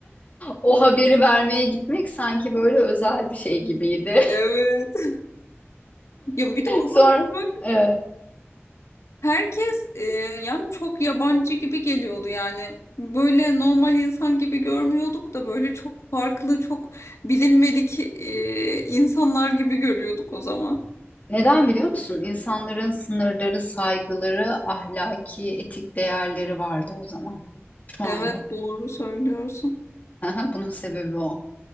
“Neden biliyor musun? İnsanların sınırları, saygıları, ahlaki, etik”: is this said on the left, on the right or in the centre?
Left